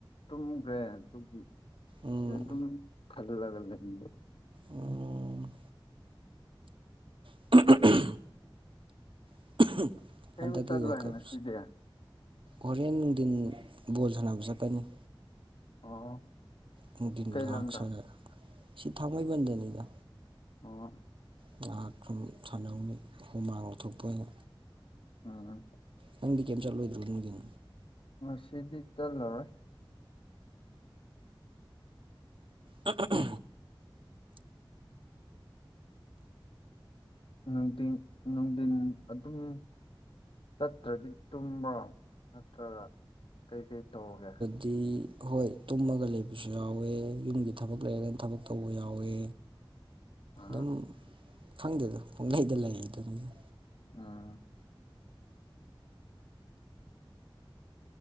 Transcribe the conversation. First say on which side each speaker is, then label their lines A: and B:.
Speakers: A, on the left (about 80°); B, on the right (about 70°).
A: ꯇꯨꯝꯒ꯭ꯔꯦ ꯑꯗꯨꯒꯤ ꯄꯨꯛꯁꯦ
B: ꯎꯝ
A: ꯑꯗꯨꯨꯝ ꯊꯜꯂꯒ ꯂꯩꯕ
B: ꯑꯣ <unintelligible> <inaudible>
A: ꯀꯩꯝ
B: ꯍꯟꯗꯛꯀꯤ
A: ꯆꯠꯂꯣꯏ
B: ꯋꯥꯔꯜ ꯀꯞ
A: ꯉꯁꯤꯗꯤ
B: ꯍꯣꯔꯦꯟ ꯅꯨꯡꯊꯤꯟ ꯕꯣꯜ ꯁꯥꯟꯅꯕ ꯆꯠꯀꯅꯤ
A: ꯑꯣ
B: ꯅꯨꯡꯊꯤꯟ
A: ꯀꯩ
B: ꯉꯥꯏꯍꯥꯛ
A: ꯂꯝꯗ
B: ꯁꯥꯅ ꯁꯤ ꯊꯥꯡꯃꯩꯕꯟꯗꯅꯤꯗ
A: ꯑꯣ
B: ꯉꯥꯏꯍꯥꯛ ꯁꯨꯝ ꯁꯥꯟꯅꯧꯅꯤ ꯍꯨꯃꯥꯡ ꯂꯧꯊꯣꯛꯄ ꯑꯣꯏꯅ
A: ꯎꯝ
B: ꯅꯪꯗꯤ ꯀꯩꯝ ꯆꯠꯂꯣꯏꯗ꯭ꯔꯣ ꯅꯨꯡꯗꯤꯟ
A: ꯉꯁꯤꯗꯤ ꯆꯠꯂꯔꯣꯏ
B: ꯎꯝ
A: ꯅꯨꯡꯊꯤꯟ ꯅꯨꯡꯗꯤꯟ ꯅꯨꯡꯗꯤꯟ ꯑꯗꯨꯝ ꯆꯠꯇ꯭ꯔꯗꯤ ꯇꯨꯝꯕ꯭ꯔꯣ ꯅꯠꯇ꯭ꯔꯒ ꯀꯩꯀꯩ ꯇꯧꯒꯦ
B: ꯗꯤ ꯍꯣꯏ ꯇꯨꯝꯃꯒ ꯂꯩꯕꯁꯨ ꯌꯥꯎꯋꯦ ꯌꯨꯝꯒꯤ ꯊꯕꯛ ꯂꯩꯔꯒꯅ ꯊꯕꯛ ꯇꯧꯕ ꯌꯥꯎꯋꯦ
A: ꯑ
B: ꯑꯗꯨꯝ ꯈꯪꯗꯦꯗ ꯄꯨꯡꯂꯩꯗ ꯂꯩꯌꯦꯗꯨꯅꯤꯗ
A: ꯎꯝ